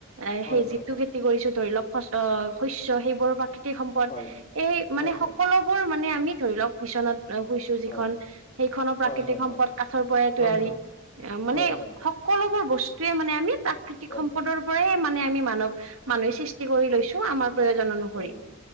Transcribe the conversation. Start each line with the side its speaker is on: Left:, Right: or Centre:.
Right: এই
Left: হয়,
Right: সেই
Left: হয়,
Right: যিটো
Left: হয়,
Right: খেতি কৰিছো ধৰি লওক শস্ অ, শস্য সেইবোৰো প্ৰাকৃতি তি সম্পদ,
Left: হয়,
Right: এই
Left: হয়,
Right: মানে সকলোবোৰ মানে আমি ধৰি লওক বিচনাত অ, শুইছো যিখন,
Left: হয়, হয়,
Right: সেইখনো প্ৰাকৃতিক
Left: হয়, হয়,
Right: সম্পদ
Left: হয়,
Right: কাঠৰ পৰাই
Left: হয়,
Right: তৈয়াৰী।
Left: হয়, হয়,
Right: অ', মানে
Left: হয়, হয়, হয়,
Right: সকলোবোৰ বস্ত্ তোৱে মানে আমি প্ৰাকৃতিক
Left: হয়,
Right: সম্পদৰ পৰাই মানে আমি মানৱ, মানুহে সৃষ্টি কৰি লৈছো। আমাৰ প্ৰয়োজন অনুসৰি।
Left: হয়,